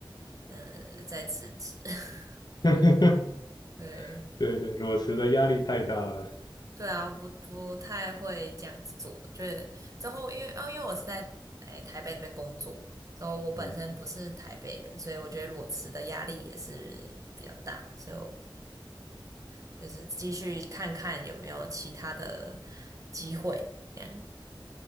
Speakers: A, on the right; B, on the left.
A: 呃再辞职。<laughs>
B: <laughs>
A: 对，
B: 对对，裸辞的压力太大了。
A: 对啊，不不太会这样子做。就是之后，因为哦，因为我是在诶、台北这边工作，之后我本身不是台北人，
B: 嗯，
A: 所以我觉得裸辞的压力也是比较大，所以我就是继续看看有没有其他的机会。这样